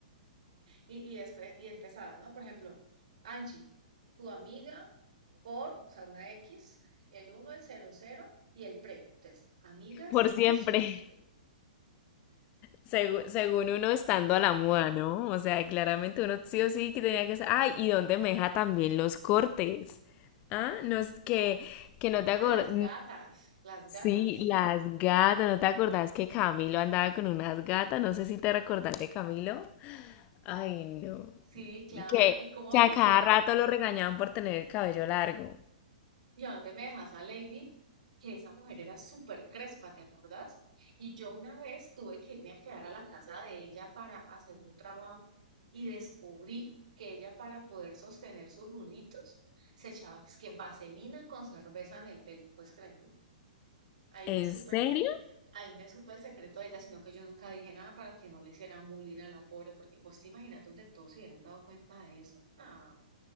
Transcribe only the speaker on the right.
y, y después, y empezaba, ¿no? Por ejemplo, Angie, tu amiga por, o sea, una X, el uno el cero cero y el pre. Entonces, amigas
por siempre.
Ah, las gatas, las
gatas.
Sí, claro.
¿Y cómo,
y a dónde me dejas a Lady? Que esa mujer era súper crespa, ¿te acordás? Y yo una vez tuve que irme a quedar a la casa de ella para hacer un trabajo y descubrí que ella para poder sostener sus rulitos se echaba es que vaselina con cerveza en el pelo, ¿puedes creerlo? Ahí
me supe
el, ahí me supe el secreto de ella, sino que yo nunca dije nada para que no le hicieran bullying a la pobre, porque vos te imaginas donde todos se hubieran dado cuenta de eso. Nah.